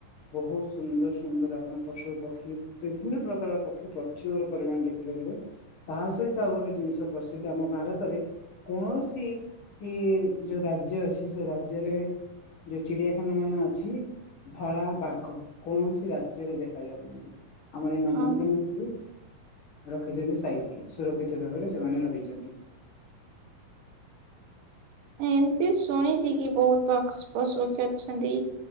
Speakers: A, on the left; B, on the right.
A: ବହୁତ ସୁନ୍ଦର ସୁନ୍ଦର ଆପଣ ପଶୁ ପକ୍ଷୀ ବିଭିନ୍ନ ପ୍ରକାର ପକ୍ଷୀ ପ୍ରଚୁର ପରିମାଣ ଦେଖିପାରିବେ। ତାହା ସହିତ ଆଉ ଗୋଟେ ଜିନିଷ ପ୍ରସିଦ୍ଧ ଆମ ଭାରତରେ। କୌଣସି ଇ ଯୋଉ ରାଜ୍ୟ ଅଛି ସେ ରାଜ୍ୟରେ ଯୋଉ ଚିଡ଼ିଆଖାନା ମାନ ଅଛି। ଧଳା ବାଘ କୌଣସି ରାଜ୍ୟରେ ଦେଖା ଯାଉନାହାନ୍ତି ଆମର ଏଇ ନନ୍ଦନକାନନ
B: ଅ,
A: ଭିତରେ ରଖିଛନ୍ତି ସାଇତିକି ସୁରକ୍ଷିତ ଭାବରେ ସେମାନେ ରହିଛନ୍ତି।
B: ଏମତି ଶୁଣିଛି କି ବହୁତ ପକ୍ସ୍ ପଶୁ ପକ୍ଷୀ ଅଛନ୍ତି।